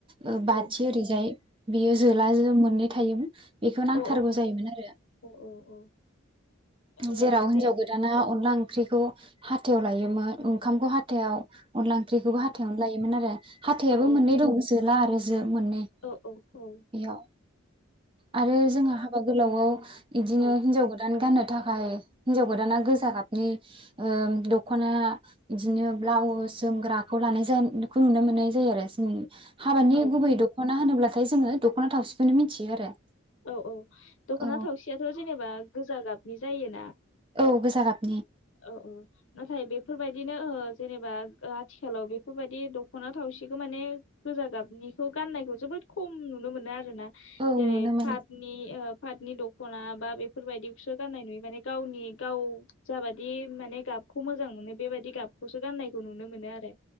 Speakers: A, on the right; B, on the left.
A: ओ बाथि
B: औ
A: ओरैजाय बियो जोला जो मोननै थायोमोन बेखौ नांथारगौ
B: औ
A: जायोमोन आरो।
B: औ औ औ ओ,
A: जेराव हिनजाव
B: बे
A: गोदाना अनला ओं ख्रिखौ हाथायाव लायोमोन ओंखामखौ हाथायाव। अनला ओंख्रिखौबो
B: उम,
A: हाथायावनो लायोमोन आरो हाथायाबो
B: औ औ
A: मोननै दं जोला आरो जो मोननै
B: औ औ औ।
A: बेयाव आरो जोंहा हाबा गोलावआव बिदिनो
B: औ
A: हिनजाव गोदान गाननो थाखाय हिनजाव गोदाना गोजा गाबनि ओ दखना बिदिनो ब्लाउस जोमग्राखौ लानाय जानायखौ नुनो मोननाय जायो आरो जोंनि हाबानि
B: औ
A: गुबै दख'ना होनोब्ला ओमफाय जोङो दख'ना थावसिखौनो मिनथियो आरो।
B: औ औ दख'ना
A: औ
B: थावसियाथ' जे नेबा गोजा गाबनि जायोना?
A: औ गोजा गाब।
B: औ औ नाथाय बेफोरबायदिनो ओ जेनेबा आथिखालाव बेफोरबायदि दख'ना थावसिखौ माने गोजा गाबनिखौ गाननायखौ जोबोद खम नुनो मोनो आरोना।
A: औ
B: जेरै
A: नुनो मोनो
B: फादनि ओ फादनि दख'ना बा बेफोरबायदिखौसो गाननाय नुयो माने गावनि गाव जाबादि माने गाबखौ मोजां मोनो बेबादि गाबखौसो गाननायखौ नुनो मोनो आरो।